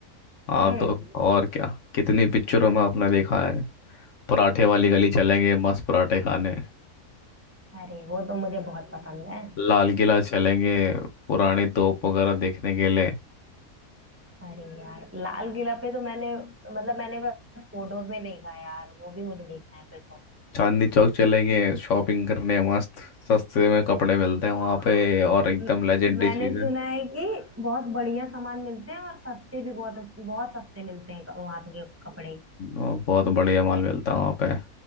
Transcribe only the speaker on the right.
हम्म
अरे वो तो मुझे बहुत पसंद है
अरे यार लाल किला पे तो मैंने मतलब मैंने बस फोटोज में देखा है यार वो भी मुझे देखना है फिर तो
हाँ
म-
मैंने
सुना है कि बहुत बढ़िया सामान मिलते हैं और सस्ते भी बहुत बहुत सस्ते मिलते हैं वहां पे के कपड़े